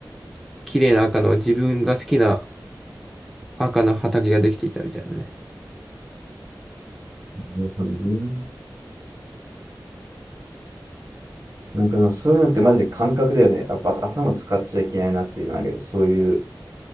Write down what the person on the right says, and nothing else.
なるほどね。なんかでもそういうのってマジで感覚だよね。やっぱ頭使っちゃいけないなっていうのあるよね。そういう、